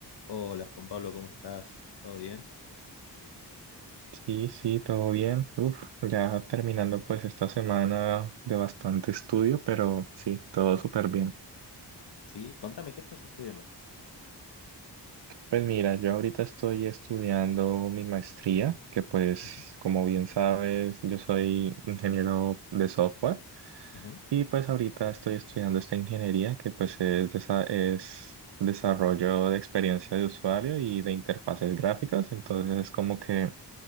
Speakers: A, on the left; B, on the right.
A: Hola Juan Pablo, ¿cómo estás? ¿Todo bien?
B: Sí, sí, todo bien. Uf, ya terminando pues esta semana de bastante estudio, pero sí, todo súper bien.
A: Sí, contame, ¿qué estás estudiando?
B: Pues mira, yo ahorita estoy estudiando mi maestría, que pues
A: Ujú,
B: como bien sabes, yo soy ingeniero de software
A: ujú,
B: y pues ahorita estoy estudiando esta ingeniería que pues es, desa- es desarrollo de experiencia de usuario y de interfaces gráficas, entonces es como que...